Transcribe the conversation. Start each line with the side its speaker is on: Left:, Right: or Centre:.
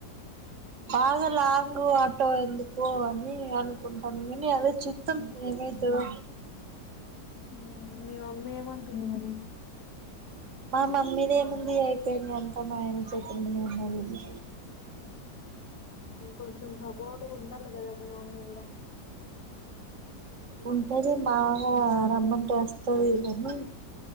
Right: బాగా లాంగ్ ఆటో ఎందుకో అని అనుకుంటనం నేను ఇగ అదే చుత్తం ఏమి ఇతదో
Left: ఊ మీ మమ్మీ ఏమంటుంది మరి
Right: మా మమ్మీదేముంది అయిపోయింది అంత మా ఆయన చేతులోనే ఉన్నది
Left: కొంచెం సపోర్ట్ ఉండాలి కదా మీ మమ్మీ కూడా
Right: ఉంటది మాగా రమ్మంటే వస్తది కానీ